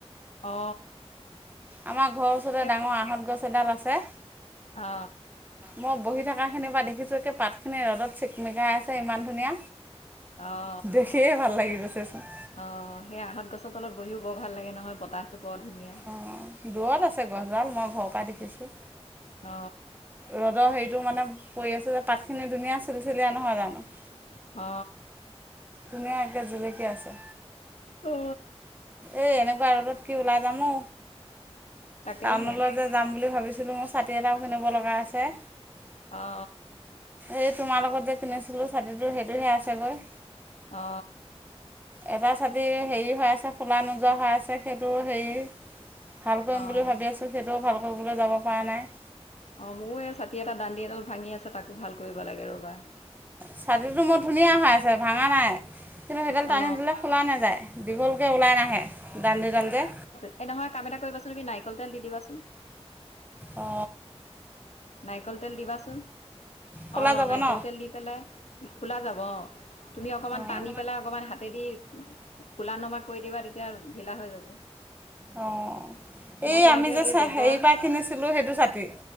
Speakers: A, on the left; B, on the right.
A: অ।
B: আমাৰ ঘৰৰ ওচৰতে
A: এই
B: ডাঙৰ আহঁত গছ এডাল আছে।
A: অ
B: মই বহি থকাখিনিৰ পৰা দেখিছোঁ পাতখিনি ৰ'দত চিকমিকাই আছে ইমান ধুনীয়া,
A: অ
B: দেখিয়ে ভাল লাগি গৈছেচোন।
A: অ সেই আহঁত গছৰ তলত বহিও বৰ ভাল লাগে নহয় বতাহতো বৰ ধুনীয়া।
B: অ দূৰত আছে গছডাল মই ঘৰৰ পা দেখিছো।
A: অ।
B: ৰ'দৰ হেৰিটো মানে পৰি আছে যে পাত খিনি ধুনীয়া চেলি চেলিয়া নহয় জানো?
A: অ।
B: ধুনীয়াকে জিলিকি আছে।
A: অ
B: এ এনেকুৱা ৰদত কি ওলাই যাম ঔ।
A: তাকেহে
B: টাউনলৈ যে যাম বুলি ভাবিছিলোঁ, মোৰ ছাতি এটাও কিনিব লগা আছে।
A: অ
B: এ তোমাৰ লগত যে কিনিছিলোঁ ছাতিটো সেইটোহে আছে গৈ।
A: অ।
B: এটা ছাতি হেৰি হৈ আছে খোলা নোযোৱা হৈ আছে সেইটো সেই ভাল কৰিম
A: অ
B: বুলি ভাবি আছোঁ সেইটোও ভাল কৰিবলৈ যাব পৰা নাই।
A: অ মোৰো এই ছাতি এটা দানডি এডাল ভাঙি আছে তাকো ভাল কৰিব লাগে ৰ'বা।
B: ছাতিটো মোৰ ধুনীয়া হৈ আছে, ভাঙা নাই। কিন্তু সেইডাল টানি
A: অ
B: দিলে খোলা নাযায় দীঘলকে ওলাই নাহে, দান্দিদাল যে
A: সে নহয় কাম এটা কৰিবাচোন তুমি নাৰিকল তেল দি দিবাচোন।
B: অ।
A: নাৰিকল তেল দিবাচোন,
B: খোলা
A: অ
B: যাব
A: নাৰিকল
B: ন
A: তেল দি পেলাই খোলা যাব অ' তুমি অকমান
B: অঁ
A: তানী পেলাই অকমান হাতেদি কোলা নমা কৰি দিবা তেতিয়া ঢিলা হৈ যাব।
B: অ',
A: মই
B: এই
A: তেনেকে
B: আমি যে
A: এই
B: চে
A: বেগৰ
B: হেৰি পৰা কিনিছিলোঁ সেইটো ছাতি।